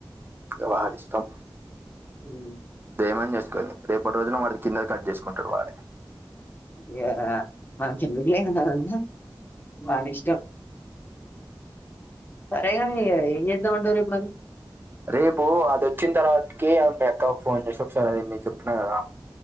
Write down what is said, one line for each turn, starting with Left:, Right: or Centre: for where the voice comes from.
Right: వాడిష్టం.
Left: మ్
Right: ఏమన్ జేస్కోనీ రేపట్ రోజున వాడిది కిందది కట్ చేస్కుంటడు వాడే
Left: యా మనకెందుకులే అదంతా వానిష్టం. సరేగని ఇగ ఏం చేద్దామంటవు రేపు మరి
Right: రేపు అదొచ్చిన్ తర్వాత్కీ అ మీ అక్కక్ ఫోన్ చేసి ఒకసార్ అదేంది చెప్పిన కదా